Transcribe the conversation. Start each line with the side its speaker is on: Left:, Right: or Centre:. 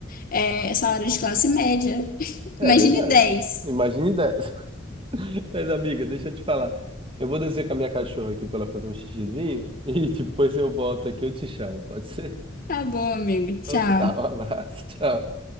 Left: é, salário de classe média.
Right: é
Left: Imagine
Right: verdade,
Left: dez
Right: imagine dez Mas, amiga, deixa eu te falar. Eu vou descer com a minha cachorra aqui pra ela fazer um xixizinho <laughs> e depois eu volto aqui, eu te chamo, pode ser?
Left: Tá bom, amigo. Tchau.
Right: Então tá, um abraço, tchau.